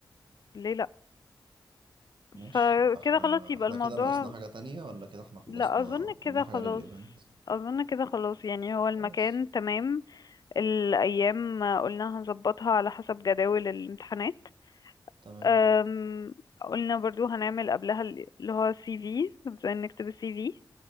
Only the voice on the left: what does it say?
ليه لا
فكده
خلاص يبقى
الموضوع
لا اظن كده
خلاص
اظن كده خلاص يعني هو المكان
تمام الايام قلنا هنظبطها على حسب جداول الامتحانات
أم قلنا برضو هنعمل قبلها اللي هو سي في ازاي نكتب السي في